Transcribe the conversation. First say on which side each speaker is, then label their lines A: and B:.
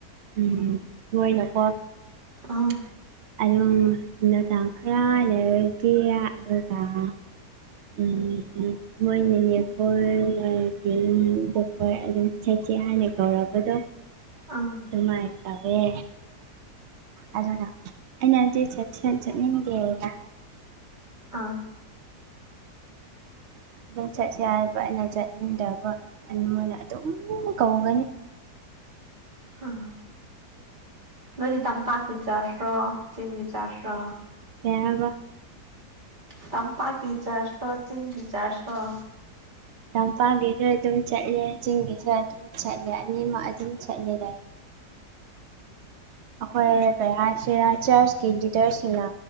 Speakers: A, on the right; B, on the right.
A: ꯎꯝ ꯃꯣꯏꯅꯀꯣ
B: ꯑꯥ
A: <unintelligible> ꯎꯝ ꯎꯝ ꯃꯣꯏ ꯅꯦꯅꯦ ꯑꯩꯈꯣꯏꯣꯏ ꯑꯗꯨꯝ ꯁꯠ ꯁꯦꯠ ꯍꯥꯟꯅ ꯀꯧꯔꯕꯗꯣ
B: ꯑꯥ
A: ꯑꯗꯨꯃꯥꯏꯅ ꯇꯧꯋꯦ ꯑꯗꯨꯒ ꯑꯩꯅ ꯍꯥꯏꯕꯗꯤ ꯆꯠ ꯆꯠ ꯆꯠꯅꯤꯡ ꯗꯦꯅ
B: ꯑꯥ
A: ꯑꯗꯨꯝ ꯆꯠꯁꯦ ꯍꯥꯏꯕ ꯑꯩꯅ ꯆꯠꯅꯤꯡꯗꯕ ꯑꯗꯨꯅ ꯑꯗꯨꯝ ꯀꯧꯒꯅꯤ
B: ꯑꯥ ꯅꯣꯏꯗꯤ ꯇꯝꯄꯥꯛꯀꯤ ꯆꯥꯔꯁ꯭ꯔꯣ ꯆꯦꯡꯒꯤ ꯆꯥꯔꯁꯔꯣ
A: ꯀꯩꯍꯥꯏꯕ
B: ꯇꯝꯄꯥꯛꯀꯤ ꯆꯥꯔꯖꯂꯤ ꯆꯤꯡꯒꯤ ꯆꯥꯔꯖꯂꯣ
A: ꯆꯝꯄꯥꯛꯒꯤꯁꯨ ꯑꯗꯨꯝ ꯆꯠꯂꯦ ꯆꯤꯡꯒꯤꯁꯨ ꯑꯗꯨꯝ ꯆꯠꯂꯦ ꯑꯅꯤꯃꯛ ꯑꯗꯨꯝ ꯆꯠꯂꯦꯗ
B: <unintelligible>
A: ꯑꯩꯈꯣꯏ ꯀꯩ ꯍꯥꯏꯁꯤꯔ ꯆꯔꯆꯀꯤ ꯂꯤꯗꯔꯁꯤꯡꯅ